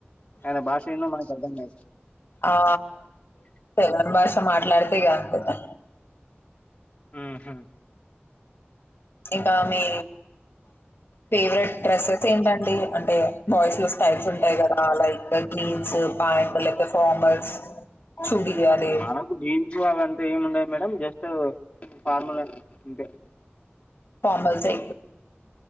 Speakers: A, on the left; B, on the left.
A: ఆయన భాషేందో మనకు అర్థం గాదు.
B: ఆ తెల్వని భాష మాట్లాడితే ఇగ అంతే.
A: హ్మ్ హు
B: ఇంకా మీ ఫేవరెట్ డ్రెస్సెస్ ఏంటండి, అంటే బాయ్స్ లో స్టైల్స్ ఉంటాయి కదా లైక్ జీన్స్ పాయింట్ లేక్పోతే ఫార్మల్స్. చుడి అది
A: మనకు జీన్సు అదంతా ఏముండద్ మేడం జస్ట్ ఫార్మల్ అంతే.
B: ఫార్మల్సే